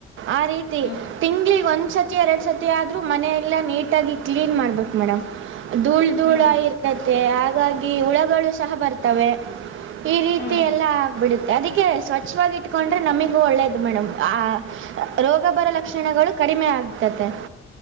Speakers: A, on the right; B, on the left.
A: ಆ ರೀತಿ
B: ಹ್ಮ್
A: ತಿಂಗಗಳಗ ಒಂದು ಒಂದು ಸತಿ ಎರಡು ಸತಿ ಆದರೂ ಮನೆಯ ಎಲ್ಲ ನೀಟಾಗಿ ಕ್ಲೀನ್ ಮಾಡ್ಬೇಕು ಮೇಡಮ್ ಧೂಳ್ ೂಳ
B: ಹ್ಮ್
A: ಆರ್ಕದೆ ಹಾಗಾಗಿ ಹುಳಗಳು ಸಹ ಬರ್ತವೆ ಈ ರೀತಿ
B: ಹ್ಮ್
A: ಎಲ್ಲ ಬಿಡುತ್ತೆ ಅದಕ್ಕೆ ಸ್ವಚ್ಛವಾಗಿಟ್ಕೊಂಡ್ರೆ ನಮಗೂ ಒಳ್ಳೆಯದು ಮೇಡಮ್ ಆ ರೋಗಬರ ಲಕ್ಷಣಗಳು ಕಡಿಮೆ ಆಗ್ತತೆ